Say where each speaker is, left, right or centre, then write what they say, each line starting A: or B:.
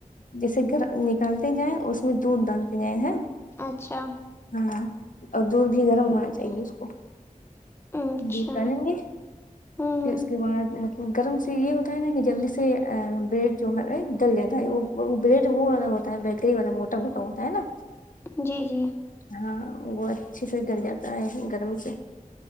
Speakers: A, on the left; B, on the left.
A: جیسے گھر نکالتے جائیں اس میں دودھ ڈالتے جائیں ہے
B: اچھا
A: ہاں اور دودھ بھی گرم ہونا چاہیے اس کو
B: اچھا
A: دودھ ڈالیں گے
B: ہوں ہوں
A: پھر اس کے بعد مطلب گرم سے یہ ہوتا ہے نا کہ جلدی سے بریڈ جو ہے نکل گیا تھا بریڈ وہ والا ہوتا ہے بیکری والا موٹا موٹا ہوتا ہے نا
B: جی جی
A: ہاں وہ اچھے سے گل جاتا ہے گرم سے